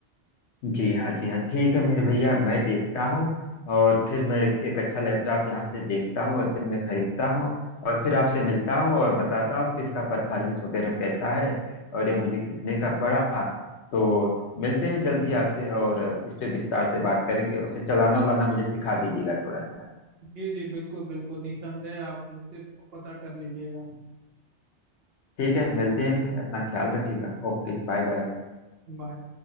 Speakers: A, on the left (about 75°); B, on the right (about 60°).
A: जी हाँ जी हाँ ठीक है मेरे भैया मैं देखता हूँ और फिर मैं एक, एक अच्छा लैपटॉप यहाँ से देखता हूँ और फिर मैं खरीदता हूँ और फिर आपसे मिलता हूँ और बताता हूँ कि इसका परफॉर्मेंस वगैरह कैसा है और यह मुझे कितने का पड़ा तो मिलते हैं जल्द ही आपसे और इस पे विस्तार से बात करेंगे उसे चलाना उलाना मुझे सिखा दीजिएगा थोड़ा सा
B: जी जी बिल्कुल बिल्कुल निस्संदेह आप मुझसे पता कर लीजिएगा
A: ठीक है मिलते हैं फिर अपना ख्याल रखिएगा Okay bye bye
B: बाय